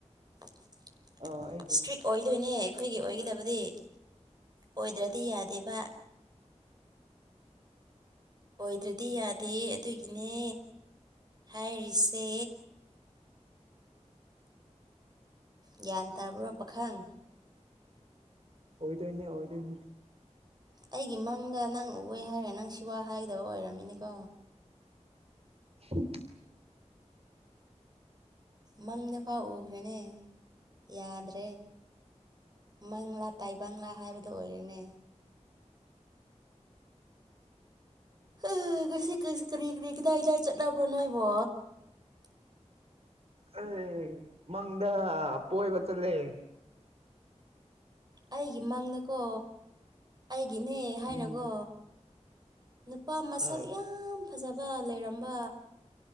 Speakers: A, on the right; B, on the right.
A: <unintelligible>
B: ꯑꯥ ꯑꯩꯒꯤꯅꯤ
A: ꯏꯁꯇ꯭ꯔꯤꯛ ꯑꯣꯢꯗꯨꯏꯅꯦ ꯈꯣꯢꯒꯤ ꯑꯣꯢꯒꯗꯕꯗꯤ ꯑꯣꯢꯗ꯭ꯔꯗꯤ ꯌꯥꯗꯦꯕ ꯑꯣꯢꯗ꯭ꯔꯗꯤ ꯌꯥꯗꯦ ꯑꯗꯨꯒꯤꯅꯦ ꯍꯥꯢꯔꯤꯁꯦ ꯒ꯭ꯌꯥꯟ ꯇꯥꯕ꯭ꯔꯣ ꯄꯥꯈꯪ
B: ꯑꯣꯢꯗꯣꯢꯅꯤ ꯑꯣꯢꯗꯣꯢꯅꯤ
A: ꯑꯩꯒꯤ ꯃꯪꯗ ꯅꯪ ꯎꯋꯦ ꯍꯥꯢꯔꯦ ꯅꯪ ꯁꯤꯋꯥ ꯍꯥꯢꯒꯗꯕ ꯑꯣꯢꯔꯝꯃꯤꯅꯤꯀꯣ
B: ꯎꯍꯝ
A: ꯃꯪꯗꯐꯥꯎ ꯎꯈ꯭ꯔꯦꯅꯦ ꯌꯥꯗ꯭ꯔꯦ ꯃꯪꯂꯥ ꯇꯥꯢꯕꯪꯪꯂꯥ ꯍꯥꯢꯕꯗꯣ ꯑꯣꯢꯔꯦꯅꯦ ꯑꯦ ꯉꯁꯤ ꯀꯁ ꯀꯔꯤ ꯀꯔꯤ ꯀꯗꯥꯢ ꯀꯗꯥꯢ ꯆꯠꯅꯕ꯭ꯔꯣ ꯅꯣꯢꯕꯣ
B: ꯑꯦ ꯃꯪꯗ ꯄꯣꯢꯕ ꯆꯠꯂꯦ
A: ꯑꯩꯒꯤ ꯃꯪꯗꯀꯣ ꯑꯩꯒꯤꯅꯦ ꯍꯥꯢꯅꯀꯣ
B: ꯎꯝ
A: ꯅꯨꯄꯥ ꯃꯁꯛ
B: ꯑꯥ
A: ꯌꯥꯝ ꯐꯖꯕ ꯂꯩꯔꯝꯕ